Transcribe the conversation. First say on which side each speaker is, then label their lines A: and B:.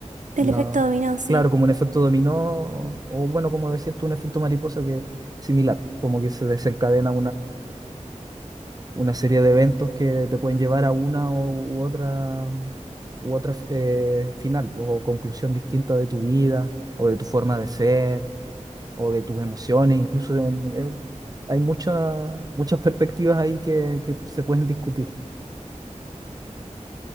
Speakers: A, on the right (about 80°); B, on the right (about 30°).
A: el
B: la,
A: efecto dominó, sí.
B: claro, como un efecto dominó, o, o bueno, como decías tú, un efecto mariposa que similar, como que se desencadena una serie de eventos que te pueden llevar a una u, u otra, u otra eh, final pues, o conclusión distinta de tu vida o de tu forma de ser o de tus emociones. Incluso en- en- hay muchas muchas perspectivas ahí que, que se pueden discutir.